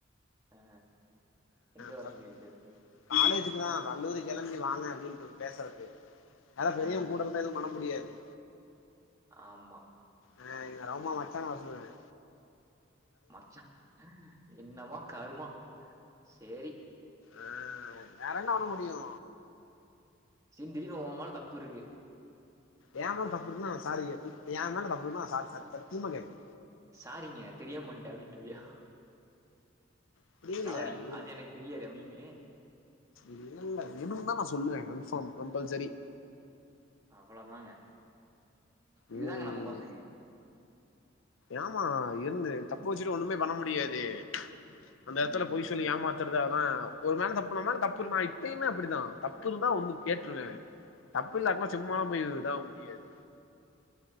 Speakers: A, on the right; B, on the left.
A: ஆ எங்க வர
B: ஃபஸ்
A: சொல்லிருப்ப
B: காலேஜுக்கு தா கல்லூரி கெளம்பி வாங்க அப்டின்ருப் பேசறக்கு யாரா பெரியவங்
A: அ
B: கூட இருந்தா எதுவு பண்ண முடியாது
A: ஆமா
B: ஆ என்னோட அம்மா மச்சான வர சொல்லுவாரு
A: மச்சா என்னமோ கருமோ சேரி
B: ஆ வேறென்ன பண்ண முடியு
A: சேர் திடீர்னு ஓமேல தப்பிருக்கு
B: எ மேல தப்பிருக்குனா நா சாரி கேப்பே இப் எ மேல தப்பிருக்குனா நா சாரி சாரி சத்தியமா கேப்பே
A: சாரிங்க தெரியாம பண்ட்டே அப்டின்ருவியா
B: அப்டி
A: சாரி
B: இல்ல இரு
A: அது எனக்கு தெரியாது அப்டின்னு
B: இல்லல்ல இருந்தா நா சொல்லுவே கன்ஃபாம் கம்ப்பல்சரி
A: அவ்ள தாங்க
B: ம்
A: இதுதாங்க நம்ம பசங்க
B: ஏமா இர்ந்து தப்பு வெச்சுட்டு ஒன்னுமே பண்ண முடியாது
A: ம்.
B: அந்த எட்த்துல
A: ம்
B: பொய் சொல்லி ஏமாத் தறது அதுலா ஒருவேள தப்பு பண்ணம்னா அதுல தப்பிருக்கு நா இப்பயுமே அப்டிபிதா தப்பிருந்தா வந்து கேட்ருவே தப்பு இல்லாட்னா சும்மாலா போய் இதாக முடியாது